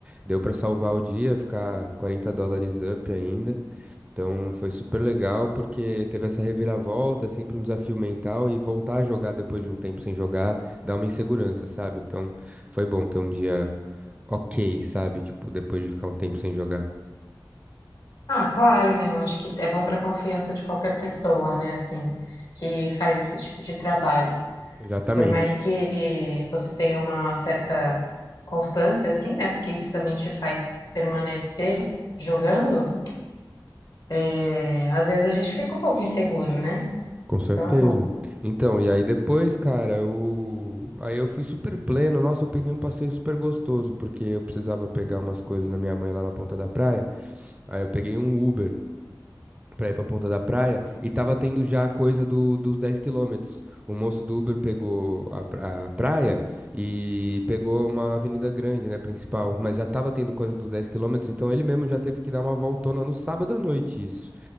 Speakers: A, on the right (about 15°); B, on the left (about 60°).
A: Deu pra salvar o dia, ficar 40 dólares up ainda. Então foi super legal porque teve essa reviravolta, é sempre um desafio mental e voltar a jogar depois de um tempo sem jogar dá uma insegurança, sabe? Então foi bom ter um dia ok, sabe? Tipo, depois de ficar um tempo sem jogar.
B: Ah, claro, né? Eu acho que é bom para a confiança de qualquer pessoa, né? Assim, que faz esse tipo de trabalho.
A: Exatamente.
B: Por mais que você tenha uma certa constância, assim, né? Porque isso também te faz permanecer jogando. é, às vezes a gente fica um pouco inseguro, né?
A: Com
B: Então
A: certeza.
B: é bom.
A: Então, e aí depois, cara, eu... aí eu fui super pleno. Nossa, eu peguei um passeio super gostoso, porque eu precisava pegar umas coisas na minha mãe lá na ponta da praia. Aí eu peguei um Uber. pra ir pra Ponta da Praia, e tava tendo já a coisa do, dos 10 quilômetros. O moço do Uber pegou a, pra- a praia e pegou uma avenida grande, né, principal, mas já tava tendo coisa dos 10 quilômetros, então ele mesmo já teve que dar uma voltona no sábado à noite, isso.